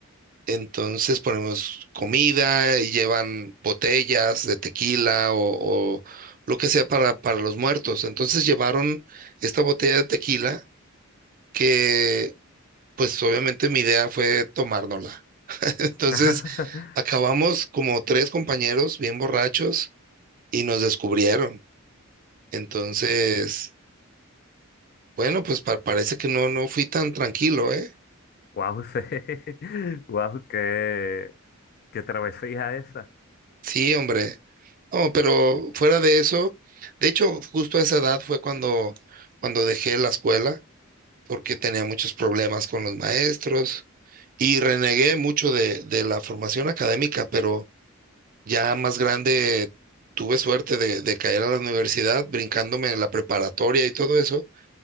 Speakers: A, on the right (about 40°); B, on the left (about 45°).
A: Entonces ponemos comida y llevan botellas de tequila o, o lo que sea para, para los muertos. Entonces llevaron esta botella de tequila que, pues obviamente mi idea fue tomárnosla. <laughs> Entonces
B: <laughs>
A: acabamos como tres compañeros bien borrachos y nos descubrieron. Entonces, bueno, pues pa- parece que no, no fui tan tranquilo, ¿eh?
B: Wow, sí. <laughs> Wow, qué, qué travesía esa.
A: Sí, hombre. No, pero fuera de eso, de hecho, justo a esa edad fue cuando, cuando dejé la escuela, porque tenía muchos problemas con los maestros y renegué mucho de, de la formación académica, pero ya más grande tuve suerte de, de caer a la universidad, brincándome en la preparatoria y todo eso,